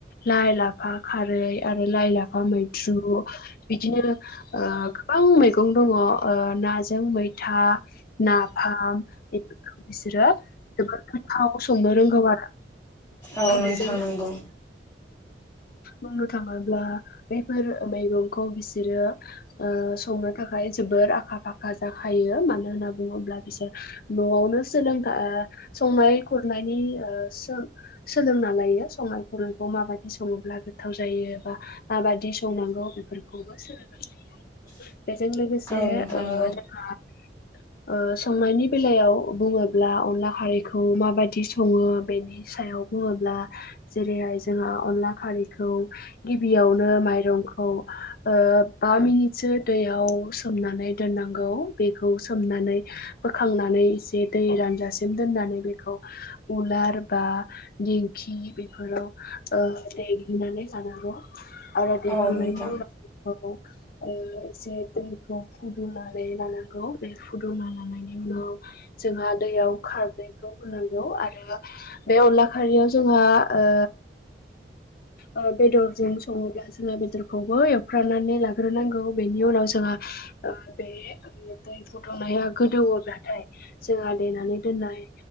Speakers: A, on the left (about 55°); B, on the left (about 20°).
A: लाइ लाफा खारै आरो लाइ लाफा मैद्र- द्रु बिदिनो गोबां मैगं दङ नाजों मैथा नाफाम बेफोरखौ बिसोरो जोबोद गोथाव संनो रोंगौ आरो।
B: औ नोंथां
A: बेजों
B: नांगौ।
A: बुंनो थाङोब्ला बेफोर मैगंखौ बिसोरो ओ संनो थाखाय जोबोर आखा फाखा जाखायो मानो होनना बुङोब्ला बिसोर न'आवनो सोलोंथाय ओ संनाय खुरनायनि ओ सों सोलोंना लायो संनाय खावनायखौ माबादि सङोब्ला गोथाव जायो एबा माबादि संनांगौ बेफोरखौबो सोलोंनो हायो
B: <inaudible>
A: बेजों लोगोसे
B: औ नोंथां
A: ओ
B: नंगौ
A: जोंहा ओ संनायनि बेलायाव बुङोब्ला अनला खारैखौ माबाददि सङो बेनि सायाव बुङोब्ला जेरैहाय जोंहा अनला खारैखौ गिबियावनो माइरंखौ ओ बा मिनिटसो दैयाव सोमनानै दोननांगौ बेखौ सोमनानै बोखांनानै बे इसे दै रानजासिम दोननानै बेखौ उलार बा दिंखि बेफोराव ओ देग्लिनानै जानांगौ आरो देखांनायनि
B: औ नोंथां
A: उनावबेखौ ओ एसे दैखौ फुदुंनानै लानांगौ बे फुदुंना लानायनि उनाव जोंहा दैयाव खारदैैखौ होनांगौ आरो बे अनला खारियाव जोंहा ओ
B: <inaudible>
A: ओ बेदरजों सङोब्ला जोङो बेदरखौबो एवफ्रानानै लाग्रोनांगौ बेनि उनाव जोंहा ओ बे दै फुदुंनाया गोदौब्लाथाय जोंहा देनानै दोननाय